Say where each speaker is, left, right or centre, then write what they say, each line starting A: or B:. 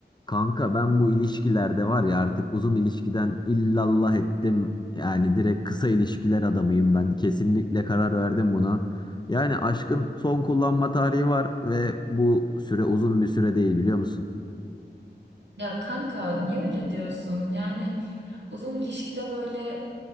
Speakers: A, on the left; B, on the right.
A: Kanka ben bu ilişkilerde var ya artık uzun ilişkiden illallah ettim. Yani direkt kısa ilişkiler adamıyım ben. Kesinlikle karar verdim buna. Yani aşkın son kullanma tarihi var ve bu süre uzun bir süre değil biliyor musun?
B: Ya kanka niye öyle diyorsun? Yani uzun ilişkide böyle